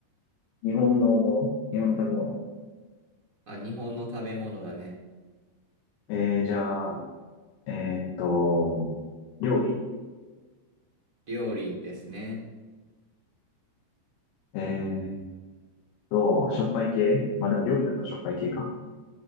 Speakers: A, on the left (about 85°); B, on the right (about 60°).
A: 日本のもの日本の食べ物。
B: あ、日本の食べ物だね。
A: えー、じゃあ、えーっと、料理。
B: 料理ですね。
A: えーっと、しょっぱい系まあでも料理だったらしょっぱい系か。